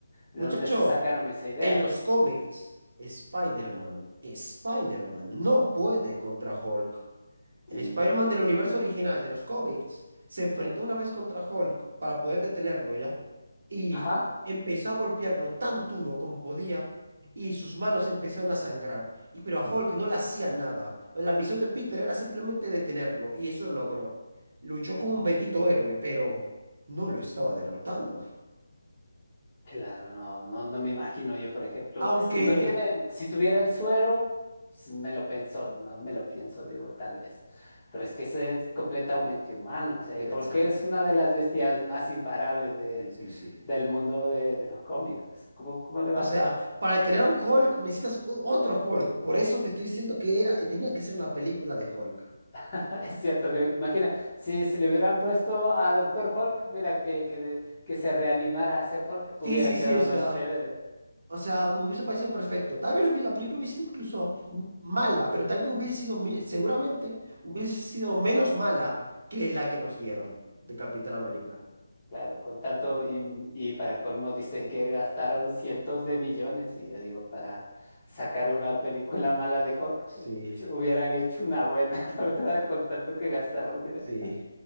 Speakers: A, on the left; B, on the right.
A: ¿de
B: Muchacho,
A: dónde se sacaron esa idea?
B: en los cómics, Spider-Man, Spider-Man no puede contra Hulk. El
A: Y,
B: Spider-Man del universo original de los cómics se enfrentó una vez contra Hulk para poder detenerlo ya. Y
A: ajá,
B: empezó a golpearlo tan duro como podía y sus manos empezaron a sangrar. Y, pero a Hulk no le hacía nada. La misión de Peter era simplemente detenerlo y eso logró. Luchó como un bendito héroe, pero no lo estaba derrotando.
A: claro, no, no, no me imagino yo, por ejemplo,
B: Aunque...
A: es que no tienen, si tuviera el suero, pues, me lo pienso, no me lo pienso, digo, tal vez, pero es que ese es completamente humano, o sea,
B: Sí,
A: y Hulk
B: exacto.
A: es una de las bestias más imparables de,
B: Sí, sí, sí.
A: del mundo de, de los cómics, pues, ¿cómo, cómo le
B: O
A: va a hacer?
B: sea, para tener a un Hulk necesitas un otro Hulk. Por eso te estoy diciendo que era, tenía que ser una película de Hulk.
A: <laughs> Es cierto, ve- imagina, si, si le hubieran puesto a Doctor Hulk, mira, que, que, de- que se reanimara a ser Hulk,
B: Sí,
A: hubiera
B: sí,
A: quedado
B: sí, o sea,
A: más chévere,
B: O sea,
A: sí.
B: me hubiese parecido perfecto. Tal vez hubi- la película hubiese sido incluso m- mala, pero tal vez hubiese sido, mi- seguramente hubiese sido menos mala que la que nos dieron de Capitán América.
A: Claro, con tanto y, y para colmo dicen que gastaron cientos de millones y yo digo, para sacar una película mala de Hulk,
B: Sí,
A: pues, hubieran hecho una buena, <laughs> la verdad, con tanto que gastaron, mira.
B: sí.